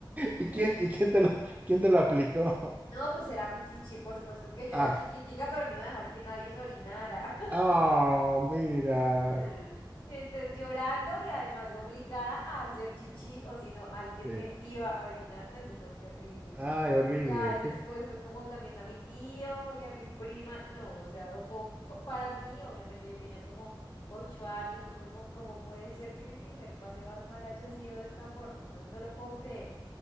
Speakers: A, on the right; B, on the left.
A: ¿Y
B: <laughs>
A: quién, y quién te lo, quién te lo aplicó? <laughs>
B: No, pues era mi chichi, por supuesto que yo
A: Ah,
B: era chiquitica, pero no iba a dejar que nadie me orinara.
A: oh, mira.
B: <laughs> Entonces llorando y además obligada a hacer chichi, o si no, alguien
A: Sí.
B: me iba a orinar. No, eso fue terrible.
A: Ay, horrible.
B: Y ya después fue como también a mi tío y a mi prima. No, o sea, fue un- pa- para mí, obviamente yo tenía como ocho años, fue como, como puede ser que mi primer paseo al mar haya sido de esta forma? No, no lo puedo creer.